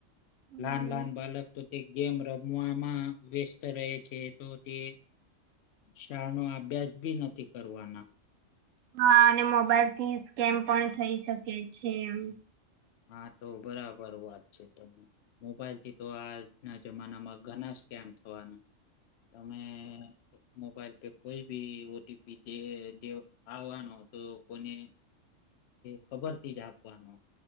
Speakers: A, on the right; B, on the left.
A: હમ
B: લાન લાન બાલક તો તે ગેમ રમવામાં વ્યસ્ત રહે છે તો તે શાળા નો અભ્યાસ ભી નથી કરવાના
A: હા અને મોબાઈલ થી સ્કેમ પણ થઇ શકે છે એમ.
B: હા તો બરાબર વાત છે તમ. મોબાઈલ થી તો આજના જમાનામાં ઘણા સ્ કેમ થવાના તમે મોબાઈલ પે કોઈ બી ઓટીપી દે આવવાનો તો કોને ખબરથી જ આપવાનો.